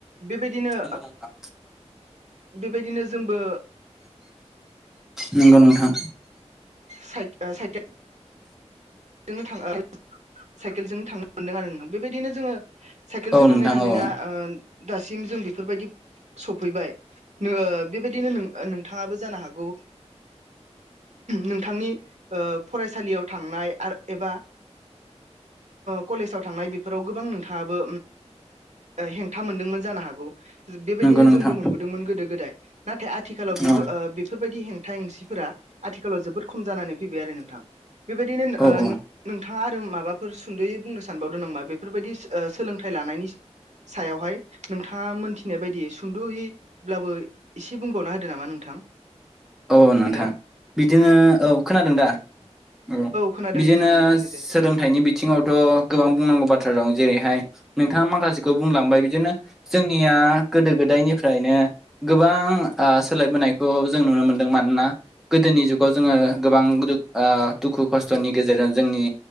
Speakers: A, on the right (about 85°); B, in the centre.
A: बेबायदिनो
B: नंगौ नोंथां
A: बेबायदिनो जोंबो
B: नंगौ नोंथां
A: साइ साइकेल जोंनो थाङो साइकेलजोंनो थांनो मोनदों आरो नोंथां बेबायदिनो जोङो साइकेलजों
B: औ
A: थाङै
B: नोंथां
A: थाङैनो
B: औ
A: दासिम जों बेफोरबायदि सफैबाय बेबायदिनो नोंथाङाबो जानो हागौ नोंथांनि फरायसालियाव थांनाय आरो एबा कलेजाव थांनाय फोराव गोबां नोंथाङाबो हेंथा मोनदोंमोन जानो हागौ बेबायदिनो
B: नंगौ नोंथां
A: जोंबो मोनबो दोंमोन गोदो गोदाय नाथाय आथिखालाव
B: औ
A: बेफोरबायदि हेंथा हेंसिफोरा आथिखालाव जोबोद खम जानानै फैबाय आरो नोंथां बेबायदिनो नों
B: औ औ
A: थाङा आरो माबाफोर सुन्द'यै बुंनो सानबावदों नोंबा बेफोरबायदि सोलोंथाइ लानायनि सायावहाय नोंथाङा मोनथिनाय बायदियै सुद'हि ब्लाबो एसे बुंबावना होदो नामा नोंथां
B: औ नोंथां
A: हेलौ
B: बिदिनो औ खोनादों दा औ
A: खोनादों
B: बिदिनो
A: खोनादों बुंदो दे
B: सोलोंथाइनि बि बिथिङावथ' गोबां बुंनांगौ बाथ्रा दं जेरैहाय नोंथाङा माखासे खौ बुंलांबाय बिदिनो जोंनिया गोदो गोदायनि फ्रायनो गोबां आ सोलायबोनायखौ जों नुनो मोनदों मानोना गोदोनि जुग खौ जोङो गोबां दुख ओ दुखु खस्थ'नि गेजेरजों जोंनि